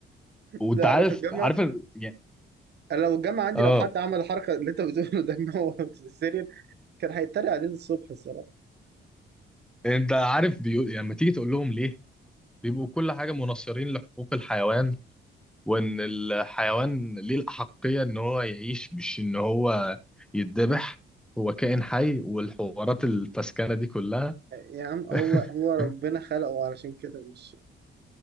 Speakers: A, in the centre; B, on the right.
A: <laughs>
B: <laughs>
A: وانت
B: لا
A: عارف
B: انا في الجامعه
A: عارف ال- يعني
B: انا لو الجامعه عندي
A: اه
B: لو حد عمل الحركه اللي انت بتقوله ده ان هو <laughs> سيريال كان هيتريق عليه الصبح الصراحه
A: انت عارف بيقول يعني لما تيجي تقول لهم ليه بيبقوا كل حاجه مناصرين لحقوق الحيوان وان الحيوان ليه الاحقيه ان هو يعيش مش ان هو يتذبح هو كائن حي والحوارات الفسكانه دي كلها
B: آه، يا عم هو
A: <laughs>
B: هو ربنا خلقه علشان كده مش <laughs>